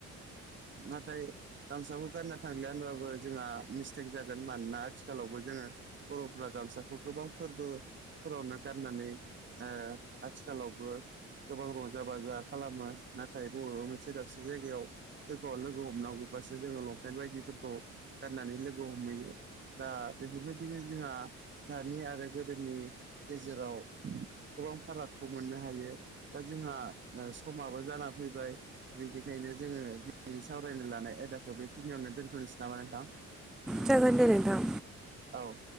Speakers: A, on the right; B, in the centre.
A: नाथाय गामसाखौ गानना थांलिया होनबाबो जोंहा मिस्टेक जागोन मानोना आथिखालावबो जोङो बर'फ्रा गामसाखौ गोबां फोरबो फोरावनो गाननानै ओ आथिखालावबो गोबां रंजा बाजा खालामो नाथाय बर'बो मोनसे दाबसे जायगायाव सोरखौबा लोगो हमनांगौबासो जोङो लंपेन्ट बायदिफोरखौ गाननानै लोगो हमहैयो। दा बेफोरबायदिनो जोंहा दानि आरो गोदोनि गेजेराव गोबां फारागखौ मोननो हायो। दा जोंहा समाबो जाना फैबाय बेनिखायनो जोङो दिनै सावरायनो लानाय आयदाखौ बेखिनियावनो दोनथ'नोसै नामा नोंथां?
B: जागोन दे नोंथां।
A: औ